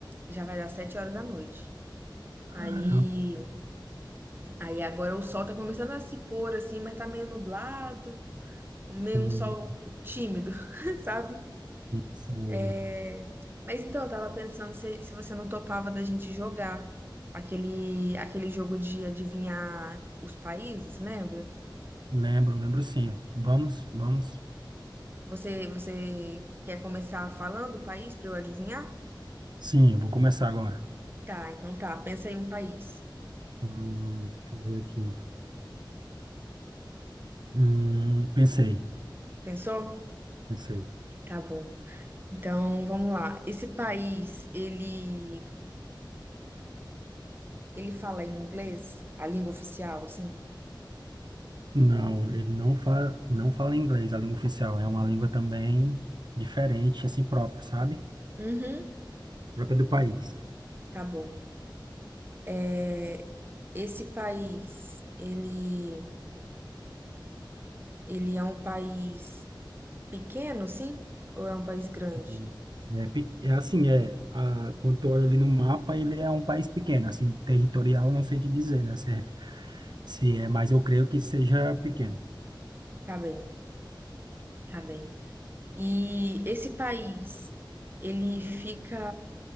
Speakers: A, on the right; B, on the right.
A: já vai dar sete horas da noite.
B: Caramba,
A: Aí, aí agora o sol tá começando a se pôr assim, mas tá meio nublado, meio
B: sim,
A: um sol tímido, <laughs> sabe?
B: sei.
A: É, Mas então, eu tava pensando se, se você não topava da gente jogar aquele, aquele jogo de adivinhar os países, lembra?
B: Lembro, lembro sim. Vamos, vamos.
A: Você, você quer começar falando o país pra eu adivinhar?
B: Sim, eu vou começar agora.
A: Tá, então tá. Pensa em um país.
B: Hum, deixa eu ver aqui. Hum, pensei,
A: Pensou?
B: pensei.
A: Tá bom. Então, vamos lá. Esse país, ele, ele fala em inglês, a língua oficial, assim?
B: Não, ele não fala, não fala inglês, a língua oficial. É uma língua também diferente, assim, própria, sabe?
A: Uhum,
B: Própria do país.
A: tá bom. É, esse país, ele, ele é um país pequeno, sim? Ou é um país grande?
B: E É, pe- é assim, é, a, quando tu olha ali no mapa, ele é um país pequeno, assim, territorial, não sei te dizer, né? Se é, se é, mas eu creio que seja pequeno.
A: Tá bem, tá bem. E esse país, ele fica.